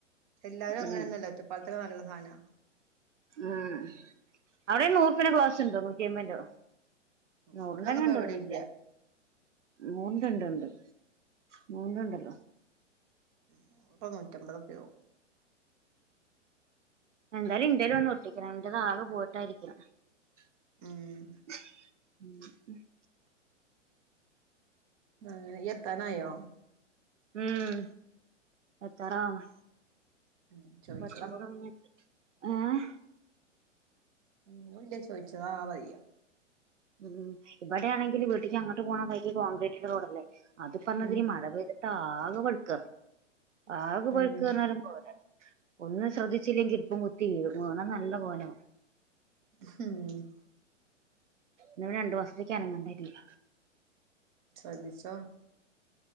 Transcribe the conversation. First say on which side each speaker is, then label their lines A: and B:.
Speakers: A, on the right; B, on the right.
A: എല്ലാവരും
B: ഉം
A: അങ്ങനെയൊന്നുമല്ല ഒറ്റപ്പാലത്തെ നല്ല സാനാ
B: ഉം അവിടെ നൂറുപ്യെന്റെ ക്ലാസ് ഉണ്ടോ നൂറ്റിആയിബത്തിന്റെയോ നൂറിന്റെന്നണ്ട്
A: നൂറിനൊന്നും ഇപ്പ എവിടെ ഇല്ല
B: നൂറിന്റെയിണ്ട് ഉണ്ട് നൂറിന്റെണ്ടല്ലോ
A: നൂറൊ, നൂറ്റിഅയിബതോഒകൊഅവും.
B: എന്തായാലും എന്റ ഒട്ടിക്കണം ഇന്റേത് ആകെ പോട്ടായിരിക്കാ <inaudible>
A: ഉം ആങനൊ ഇയ് എത്താനായോ?
B: ഉം എത്താറാവുന്നു
A: ഉം ചോദിച്ചതാ
B: കുറച്ചുംകൂടങ്ങു ഏഹ്
A: ഒന്നുല്ല ചോദിച്ചതാ വയ്യ.
B: ഉം ഇവിടെയാണെങ്കില് വീട്ടക്ക് അങ്ങട്ട് പോണ വഴി കോൺക്രീറ്റ് റോഡല്ലേ അത് പറഞ്ഞതിന്
A: ഉം
B: മഴ പെയിതിട്ട്. ആകെ ബൈക്ക ആകെ ബൈക്ക്ന്ന്
A: ഉം
B: പറഞ്ഞാലും പോരാ ഒന്നും ശ്രദ്ധിച്ചില്ലെങ്കിൽ മൂക്കും കുത്തി വീഴും വീണാ നല്ല കോലാവും
A: ഉം
B: ന രണ്ടു മാസത്തേക്ക് അനങ്ങാണ്ടിവരുല.
A: ശ്രെദ്ധിച്ചോ?